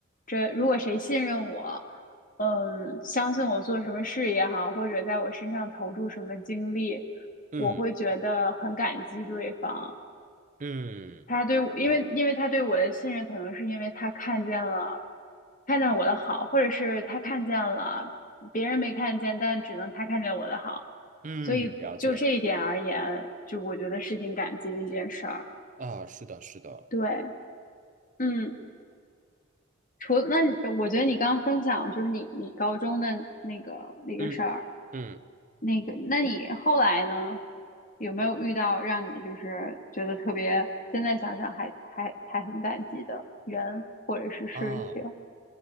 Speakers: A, on the left; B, on the right.
A: 这如果谁信任我，嗯，相信我做什么事也好，或者在我身上投注什么精力，
B: 嗯
A: 我会觉得很感激对方。
B: 嗯，
A: 他对我，因为因为他对我的信任，
B: 啊，
A: 可能是因为他看见了，看见我的好，或者是他看见了别人没看见，但只能他看见我的好。
B: 嗯，
A: 所以就这一点而言，
B: 了解了，
A: 就我觉得是挺感激的一件事儿。
B: 啊，是的，是的，
A: 对，嗯。除那我觉得你刚刚分享就是你你高中的那个那个事儿，
B: 嗯嗯
A: 那个那你后来呢，有没有遇到让你就是觉得特别，现在想想还还还很感激的人或者是事情？
B: 啊。